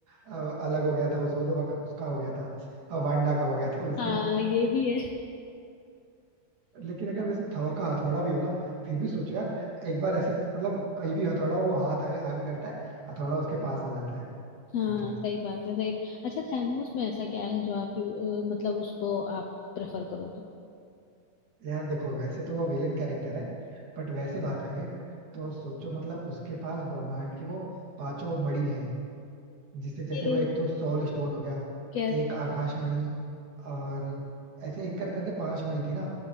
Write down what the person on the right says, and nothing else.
अ, अलग हो गया था उस वो तो वक- उसका हो गया था अ, वांडा का हो गया था विजन
लेकिन अगर वैसे थॉर का हथौड़ा भी हो ना फिर भी सोचो यार एक बार ऐसे मतलब कहीं भी हथौड़ा वो हाथ आगे, आगे करता है हथौड़ा उसके पास आ जाता है
सोचो
यार देखो वैसे तो वो विलन कैरेक्टर है बट वैसे बात करें तो सोचो मतलब उसके पास ब्रह्मांड की वो पांचों मणि हैं जिससे जैसे
वो एक तो सोल स्टोन हो गया
एक आकाश मणि और ऐसे एक कर करके पांच मणि थी ना